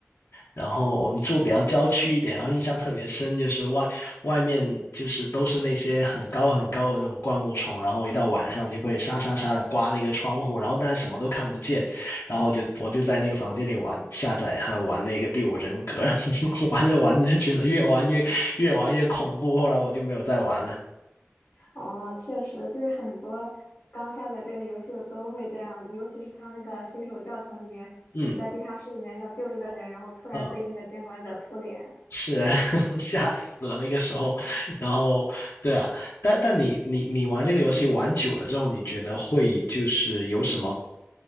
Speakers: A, on the left (about 85°); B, on the left (about 50°).
A: 然后我们住比较郊区一点，然后印象特别深，就是外外面就是都是那些很高很高的那种灌木丛，然后一到晚上就会沙沙沙的刮那个窗户，然后但是什么都看不见，然后我就我就在那个房间里玩下载，还有玩那个《第五人格》，<laughs> 玩着玩着就觉得越玩越越玩越恐怖，后来我就没有再玩了。
B: 哦，确实，就是很多刚下载这个游戏的都会这样，尤其是他那个新手教程里面，
A: 嗯
B: 你在地下室里面要救一个人，然后突然被那个监管者突脸，
A: 嗯。是 <laughs> 吓死了那个时候，然后对啊，但但你你你玩这个游戏玩久了之后，你觉得会就是有什么